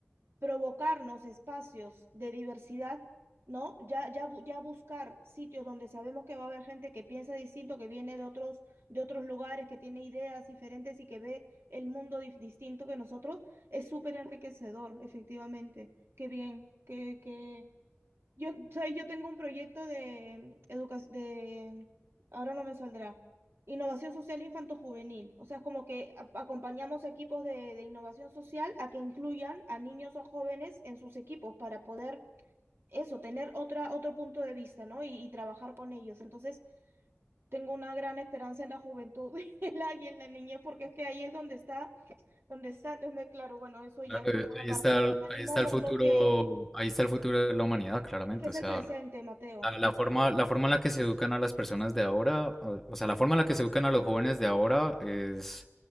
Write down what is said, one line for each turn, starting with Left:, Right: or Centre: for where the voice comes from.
Right: provocarnos espacios de diversidad, ¿no? Ya, ya, bu- ya buscar sitios donde sabemos que va a haber gente que piensa distinto, que viene de otros, de otros lugares, que tiene ideas diferentes y que ve el mundo dif- distinto que nosotros, es súper enriquecedor, efectivamente. Qué bien, qué, qué, yo, ¿sabes? Yo tengo un proyecto de educación, de, ahora no me saldrá, innovación social infanto-juvenil. O sea, es como que a- acompañamos equipos de, de innovación social a que incluyan a niños o jóvenes en sus equipos para poder eso, tener otra, otro punto de vista, ¿no? Y, y trabajar con ellos. Entonces, tengo una gran esperanza en la juventud <laughs> y en la, y en la niñez, porque es que ahí es donde está, donde está. Entonces, me, claro, bueno, eso ya
Centre: Claro,
Right: es como
Centre: eh,
Right: una
Centre: ahí
Right: parte
Centre: está,
Right: que me,
Centre: el-
Right: me anima
Centre: ahí está
Right: un
Centre: el
Right: montón
Centre: futuro,
Right: que
Centre: ahí está el futuro de la humanidad, claramente.
Right: es que es
Centre: O sea,
Right: el presente, Mateo.
Centre: La, la forma, la forma en la que se educan a las personas de ahora, o o sea, la forma en la que se educan a los jóvenes de ahora es,